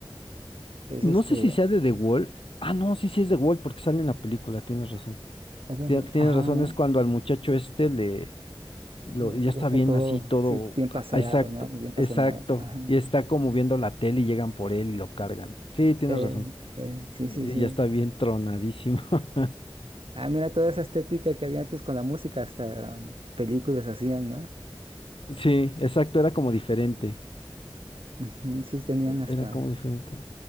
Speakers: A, on the right; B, on the left.
A: es
B: No
A: este,
B: sé si sea de The Wall, ah, no, sí, sí es The Wall, porque sale en la película, tienes razón.
A: es la
B: Tie-
A: de,
B: Tienes
A: ajá,
B: razón,
A: ¿no?
B: es cuando al muchacho este le, Lo,
A: Eh,
B: y ya está
A: Ya está
B: bien
A: todo,
B: así todo.
A: sí, bien paseado,
B: ah, Exacto,
A: ¿no? Bien pasoneado.
B: exacto.
A: Ajá.
B: Y está como viendo la tele y llegan por él y lo cargan. Sí, tienes
A: Ey,
B: razón.
A: ey, sí,
B: Sí,
A: sí, sí.
B: ya está bien tronadísimo. <laughs>
A: Ah, mira toda esa estética que había antes con la música, hasta um, películas hacían, ¿no?
B: Sí, exacto, era como diferente.
A: Ujú, sí, tenían
B: e-
A: hasta...
B: Era como diferente.